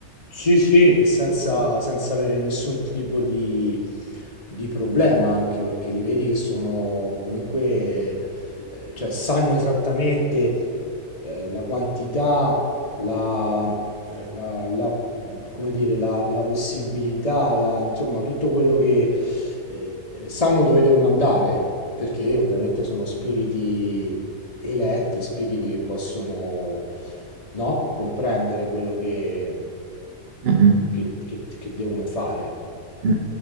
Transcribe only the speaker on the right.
Mm, mm,
mm.